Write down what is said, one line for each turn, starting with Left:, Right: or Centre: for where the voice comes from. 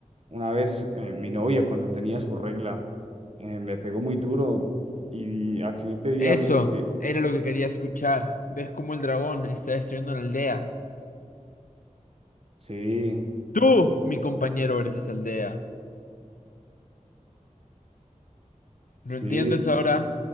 Right: Una vez eh, mi novia, cuando tenía su regla, eh, me pegó muy duro y al siguiente día
Left: Eso
Right: me dijo que
Left: era lo que quería escuchar. ¿Ves cómo el dragón está destruyendo una aldea?
Right: sí,
Left: Tú, mi compañero, eres esa aldea. ¿Lo
Right: sí,
Left: entiendes ahora?